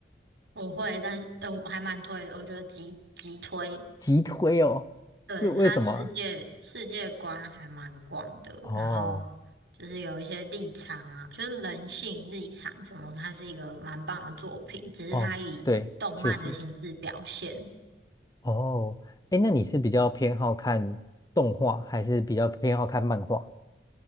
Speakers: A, on the right; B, on the left.
A: 我会，但是呃，我还蛮推，我觉得极极推，
B: 急推哦，
A: 对，
B: 是为什么啊
A: 他世界世界观还蛮广的，
B: 哦
A: 然后就是有一些立场啊，就是人性立场什么，它是一个蛮棒的作品，只是它以动漫的形式表现，
B: 哦，对，确实哦，诶，那你是比较偏好看动画，还是比较偏好看漫画？